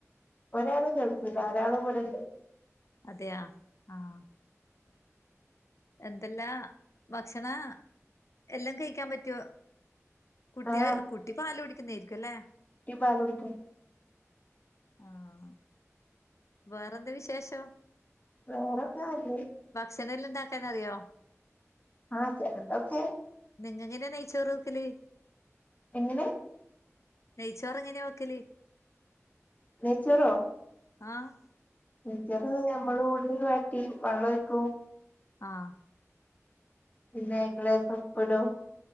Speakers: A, on the left; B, on the left.
A: ഒരാൾ ഗൾഫ് ഒരാൾ ഇവിടെ തന്നെ ഉണ്ട്.
B: അതെയ ആഹ്. എന്തെല്ലാ ഭക്ഷണം എല്ലാം കഴിക്കാൻ പറ്റോ? കുട്ടിയ
A: ആ
B: കുട്ടി പാല് കുടിക്കുന്നതായിരിക്കുംല്ലേ.
A: കുട്ടി പാൽ കുടിക്കും.
B: ആഹ്. വേറെന്ത് വിശേഷം?
A: വേറൊക്കെ ആഹ്.
B: ഭക്ഷണം എല്ലാം ഉണ്ടാക്കാന്നറിയോ?
A: ആഹ് ചിലതോക്കെ.
B: നിങ്ങ എങ്ങനെയാ നെയിച്ചോറ്ക്കല്?
A: എങ്ങനെ?
B: നെയച്ചോറെങ്ങനാ വെക്കല്?
A: നെയ്ച്ചോറോ
B: ആഹ്
A: ഈറ്ററ് ഞമ്മള് ഉള്ളി വയറ്റി വള്ളം ഒഴിക്കും
B: ആഹ്
A: പിന്നെ അയ്ക്ക് ലേസം ഉപ്പ്ടും